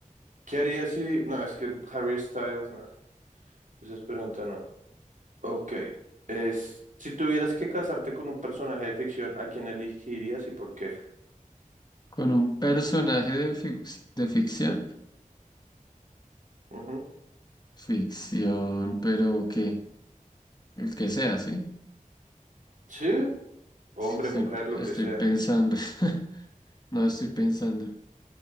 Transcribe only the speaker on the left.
Con un personaje de, fic- de ficción.
Ficción, pero ¿qué? El que sea, ¿sí?
Estoy,
estoy
pensando. <laughs> No estoy pensando.